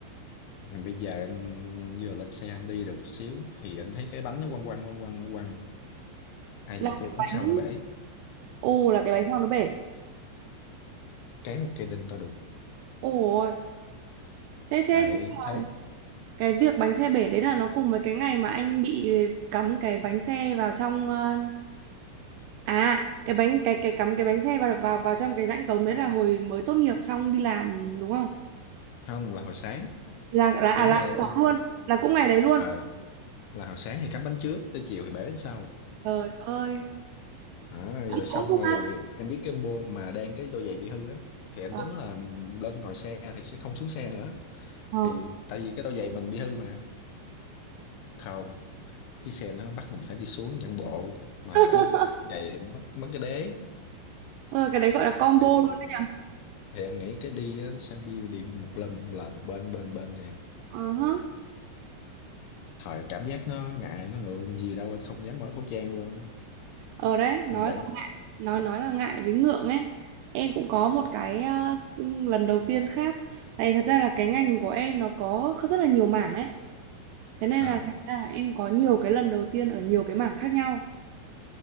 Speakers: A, on the left; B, on the right.
A: mà bây giờ anh vừa lên xe anh đi được một xíu thì anh thấy cái bánh nó quăng quăng quăng quăng quăng ai
B: Là
A: dè cái
B: cái bánh
A: bánh sau nó bể
B: ô là cái bánh sau nó bể.
A: cán một cây đinh to đùng
B: Ôi, thế thế
A: hãy
B: thế là
A: thấy
B: cái việc bánh xe bể đấy là nó cùng với cái ngày mà anh bị cắm cái bánh xe vào trong ờ, à cái bánh cái cái cắm cái bánh xe vào vào vào trong cái rãnh cống đấy là hồi mới tốt nghiệp xong đi làm đúng không?
A: không là hồi sáng
B: là là à
A: cũng
B: là
A: ngày đầu
B: sáng
A: tiên
B: luôn
A: là,
B: là cũng ngày đấy luôn
A: à, là hồi sáng thì cắm bánh trước tới chiều thì bể bánh sau
B: trời ơi
A: Đó,
B: cũng
A: rồi xong
B: cũng không
A: rồi
B: ăn
A: em biết cái bô mà đang cái đôi giày bị hư á thì em
B: ờ
A: tính là lên ngồi xe thì sẽ không xuống xe nữa
B: ờ.
A: thì tại vì cái đôi giày mình bị hư mà không chiếc xe nó bắt mình phải đi xuống dẫn bộ mà
B: <laughs>
A: chiếc giày thì mất mất cái đế
B: Ờ, cái đấy gọi là combo
A: thì
B: luôn đấy nhở
A: thì em nghĩ cái đi á, nó sẽ đi đi một lần là từ bên bên bên nè
B: ờ hả.
A: thời cảm giác nó ngại nó ngượng gì đâu anh không dám mở khẩu trang luôn á
B: ở đấy nói
A: anh vẫn
B: là ngại nói nói là ngại với ngượng ấy em cũng có một cái ờ, lần đầu tiên khác tại thật ra là cái ngành của em nó có rất là nhiều mảng ấy thế nên
A: à
B: là thành ra là em có nhiều cái lần đầu tiên ở nhiều cái mảng khác nhau